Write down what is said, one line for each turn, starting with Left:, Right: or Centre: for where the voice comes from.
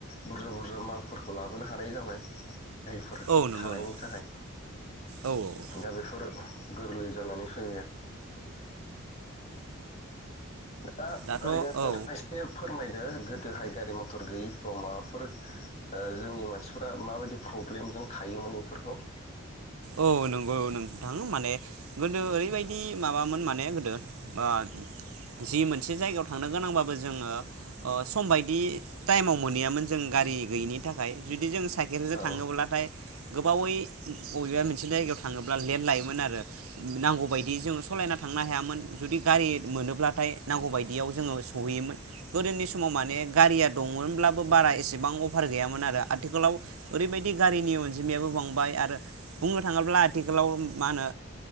Left: बुरजा बुरजा मालफोरखौ लाबोनो हानाय जाबाय। दा बेफोर
Right: औ नंगौ
Left: थानायनि
Right: नोंथां
Left: थाखाय
Right: औ औ औ
Left: दा बेफोर गोरलै जानानै फ <unintelligible> दा
Right: दाथ'
Left: ओरैनो
Right: औ
Left: नोंथांङा एसे फोरमाय दो गोदोहाय गारि मथर गैयिफ्राव माबाफोर ओ जोंनि मानसिफ्रा माबायदि प्रब्लेमजों थायोमोन बेफोरखौ
Right: औ नंगौ नोंथां माने गोदो ओरैबायदि माबामोन माने गोदो ओ जि मोनसे जायगायाव थांनो गोनांबाबो जोंङो ओ सम बायदि टाइमाव मोनहैयामोन जों गारि गैयिनि थाखाय जुदि जों साइकेलजों
Left: औ
Right: थांङोब्लाथाय गोबावै बबेबा मोनसे जायगायाव थांङोब्ला लेड लायोमोन आरो नांगौ बायदि जोंङो सालायना थांनो हायामोन जुदि गारि मोनोब्लाथाय नांगौ बायदियाव जोंङो सहैयोमोन गोदोनि समाव माने गारिया दंमोनब्लाबो बारा एसेबां अफार गैयामोन आरो आथिखालाव ओरैबायदि गारिनि अनजिमायाबो बांबाय आर बुंनो थांङोब्ला आथिखालाव मा होनो